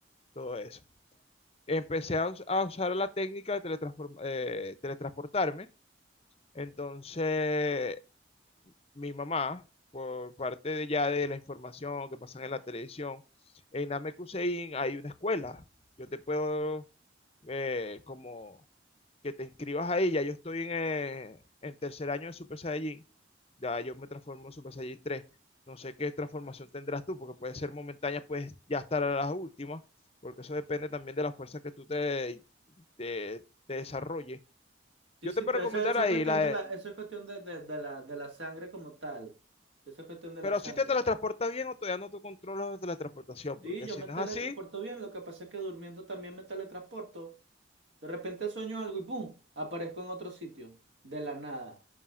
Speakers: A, on the left (about 30°); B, on the right (about 75°).
A: todo eso. Empecé a, us- a usar la técnica de teletransform- eh, teletransportarme, entonces mi mamá, por parte de ya de la información que pasan en la televisión, en Namekusein hay una escuela. Yo te puedo, eh, como que te inscribas ahí, ya yo estoy en, eh, en tercer año de Super Saiyajin, ya yo me transformo en Super Saiyajin tres No sé qué transformación tendrás tú, porque puede ser momentánea, puedes ya estar a las últimas, porque eso depende también de la fuerza que tú te, te, te desarrolles.
B: Sí,
A: Yo
B: sí,
A: te puedo
B: te-
A: recomendar
B: eso, eso
A: ahí
B: es cuestión
A: la,
B: de la, eso es cuestión de, de- de la, de la sangre como tal. Eso es cuestión de
A: Pero
B: la sangre.
A: si te teletransportas bien o todavía no tú controlas la teletransportación,
B: Sí,
A: porque
B: yo
A: si
B: me
A: no
B: teletransporto
A: es así,
B: bien, lo que pasa es que durmiendo también me teletransporto. De repente sueño algo y ¡pum! aparezco en otro sitio, de la nada.